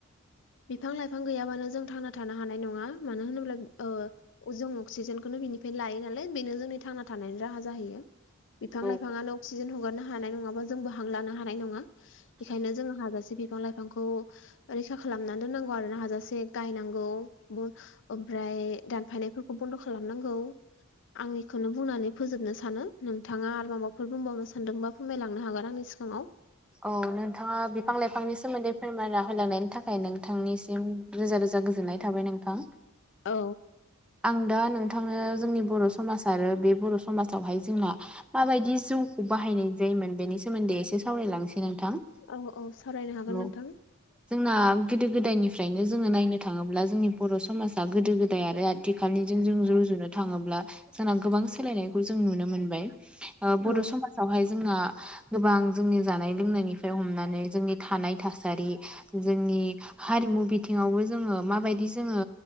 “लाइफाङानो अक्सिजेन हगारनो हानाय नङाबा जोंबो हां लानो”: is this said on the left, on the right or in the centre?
Left